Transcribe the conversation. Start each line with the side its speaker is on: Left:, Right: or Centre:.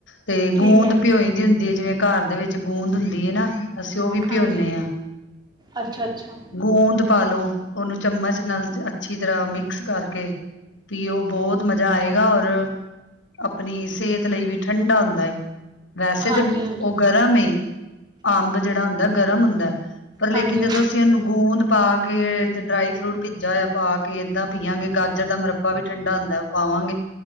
Left: ਤੇ
Right: ਠੀਕ
Left: ਗੂੰਦ
Right: ਹੈ
Left: ਭਿਉਈ ਦੀ ਹੁੰਦੀ ਹੈ, ਜਿਵੇਂ ਘਰ ਦੇ ਵਿੱਚ ਗੂੰਦ ਹੁੰਦੀ ਏਨਾ। ਅਸੀਂ ਉਹ ਵੀ
Right: ਹਾਂਜੀ
Left: ਭਿੰਓਦੇ ਹਾਂ।
Right: ਅੱਛਾ ਅੱਛਾ
Left: ਗੂੰਦ ਪਾਾਲੋ, ਉਹਨੂੰ ਚਮਚ ਨਾਲ ਅੱਛੀ ਤਰਾਂ ਮਿਕਸ ਕਰਕੇ ਪੀ ਉਹ ਬਹੁਤ ਮਜ਼ਾ ਆਏਗਾ, ਔਰ ਆਪਣੀ ਸਿਹਤ ਲਈ ਵੀ ਠੰਢਾ ਹੁੰਦਾ ਹੈ। ਵੈਸੇ
Right: ਹਾਂਜੀ
Left: ਤੇ,
Right: ਹਾਂਜੀ
Left: ਉਹ ਗਰਮ ਏ ਅੰਬ ਜਿਹੜਾ ਹੁੰਦਾ ਗਰਮ ਹੁੰਦਾ। ਪਰ ਲੇਕਿਨ,
Right: ਹਾਂਜੀ
Left: ਜਦੋਂ
Right: ਹਾਂਜੀ ਹਾਂਜੀ
Left: ਅਸੀਂ ਉਹਨੂੰ ਗੂੰਦ ਪਾ ਕੇ ਤੇ ਡਰਾਈ ਫਰੂਟ ਭਿੱਜਾ ਹੋਇਆ ਪਾ ਕੇ ਏਦਾਂ ਪੀਆਂਗੇ, ੱਰ ਦਾ ਮੁਰੱਬਾ ਵੀ ਠੰਡਾ ਹੁੰਦਾ ਹੈ, ਉਹ ਪਾਵਾਂਗੇ,